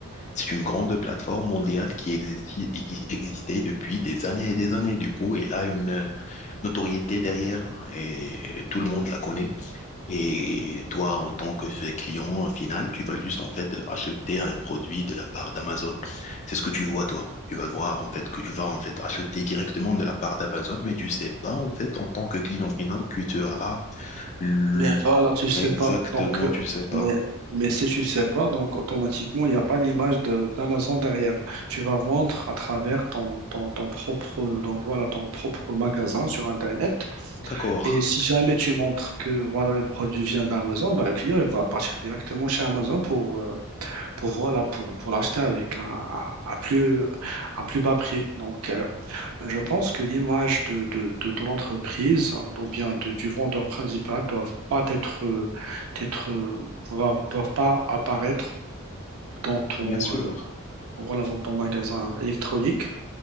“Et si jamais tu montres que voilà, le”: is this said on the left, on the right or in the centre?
Right